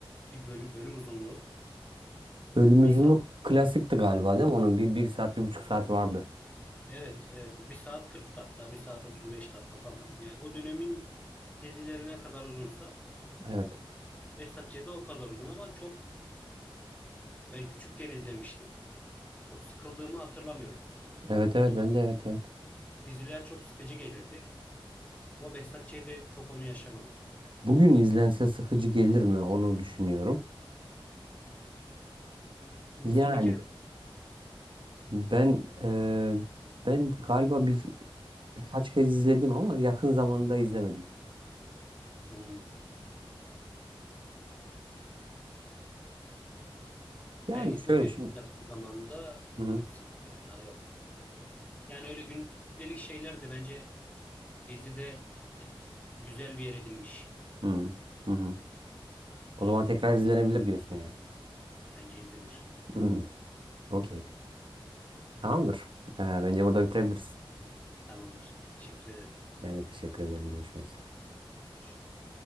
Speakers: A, on the left (about 15°); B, on the right (about 60°).
A: Bir bölüm, bölüm uzunluğu
B: Bölüm
A: bir
B: uzunluk klasikti galiba değil mi? Onun bir, bir saat, bir buçuk saat vardı.
A: Evet, evet. Bir saat 40 dakika, bir saat 35 dakika falan. Yani o dönemin dizileri ne kadar uzunsa
B: Evet.
A: Behzat Ç'de o kadar uzun ama çok ben küçükken izlemiştim. Çok sıkıldığımı hatırlamıyorum. O,
B: Evet
A: o
B: evet
A: zaman
B: ben de evet evet.
A: diziler çok sıkıcı gelirdi. Ama Behzat Ç'de çok onu yaşamadım.
B: Bugün izlense
A: Ve-
B: sıkıcı gelir mi onu düşünüyorum. Yani
A: Sen bir kere
B: ben eee, ben galiba bir, birkaç kez izledim ama yakın zamanda izlemedim.
A: Hmm,
B: Yani
A: ben izledim
B: şöyle şimdi.
A: yakın zamanda
B: Hı hı.
A: sıkmıyor ya yok. Yani öyle gündelik şeyler de bence dizide güzel bir yer edinmiş.
B: Hı hı. hı. O zaman
A: Hı
B: tekrar
A: hı.
B: izlenebilir diyorsun yani.
A: Bence izlenir.
B: Hı. Okey. Tamamdır. Ee, bence burada bitirebiliriz.
A: Tamamdır. Teşekkür ederim.
B: Ben de teşekkür ederim. Görüşmek üzere.
A: Görüşürüz.